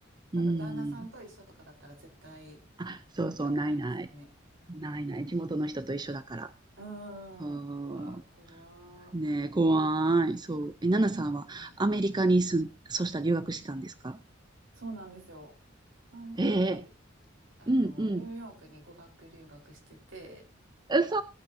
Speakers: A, on the right; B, on the right.
A: 多分旦那さんと一緒とかだったら絶対
B: うん。あ、そうそう、
A: ならないですよね。
B: ないない。ないない。
A: わ
B: 地元の人と一緒だから。
A: うん。
B: そ
A: うわー、怖
B: う。ねえ、怖い。そう。
A: ー。やっぱあるんですね。
B: え、ナナさんはアメリカに住ん、そうしたら留学してたんですか
A: そうなんですよ。その時、
B: ええ、
A: あの、
B: うんうん。
A: ニューヨークに語学留学してて、
B: うそ